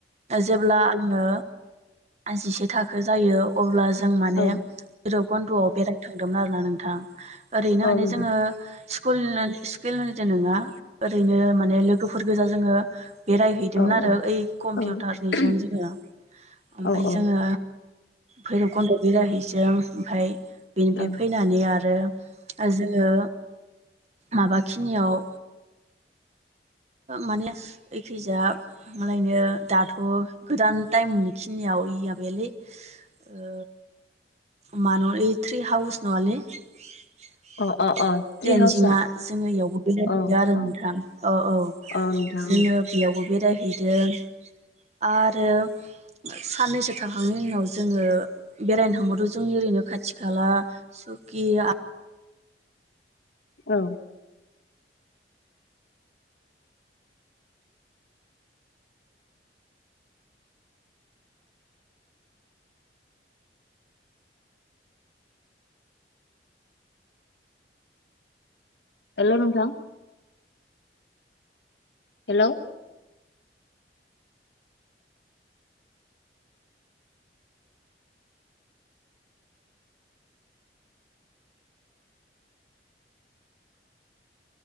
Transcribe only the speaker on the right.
जेब्ला आङो जिसे थाखो जायो अब्ला जों माने
भैरबकन्धआव बेरायनो थांदोंमोन आरोना नोंथां ओरैनो माने
जोंङो। स्कुल स्कुल निजों नङा ओरैनो माने लोगोफोर गोजा जोंङो। बेरायहैदोंमोन
आरो
ओइ कम्पिउटारनिजों
जोङो ओमफ्राय
जोङो
भैरबकन्द' बिराहै जों ओमफ्राय बेनिफ्राय
फै फैनानै आरो जोङो माबाखिनियाव माने एखैजा। मालायनो दाथ' गोदान टाइमनि खिनियाव इ माबायालै ओ मान' ओइ थ्रि हाउस न'आलै टेनजिंआ
जोंङो इयावबो बेरायहैदों
आरो
नोंथां औ औ।
जोङो बेयावबो बेरायहैदों आरो साननैसो थाखांनायनि उनाव जोंङो बेरायनो थांबावदों जोंनि ओरैनो खाथि खाला। सुखिया